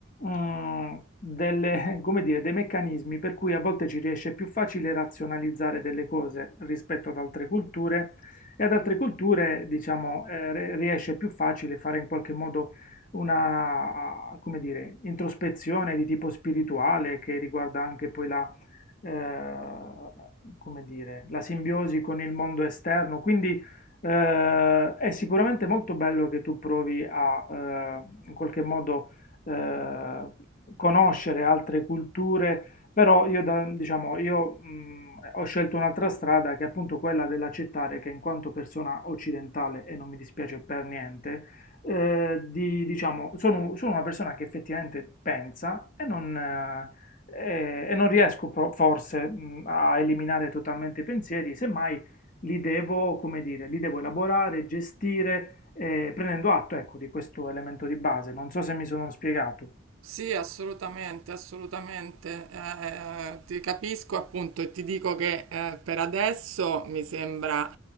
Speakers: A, on the left; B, on the right.
A: mm, delle, <laughs> come dire, dei meccanismi per cui a volte ci riesce più facile razionalizzare delle cose rispetto ad altre culture e ad altre culture, diciamo, eh, re- riesce più facile fare in qualche modo una, come dire, introspezione di tipo spirituale che riguarda anche poi la, eh, come dire, la simbiosi con il mondo esterno. Quindi eh, è sicuramente molto bello che tu provi a, eh, in qualche modo, eh, conoscere altre culture, però io, da- diciamo, io mh, ho scelto un'altra strada che è appunto quella dell'accettare che in quanto persona occidentale, e non mi dispiace per niente, eh, di- diciamo, sono, sono una persona che effettivamente pensa e non, eh, e- e non riesco pro- forse mh, a eliminare totalmente i pensieri, semmai li devo, come dire, li devo elaborare, gestire, eh, prendendo atto, ecco, di questo elemento di base. Non so se mi sono spiegato,
B: Sì, assolutamente, assolutamente. Eh, ti capisco appunto e ti dico che eh, per adesso mi sembra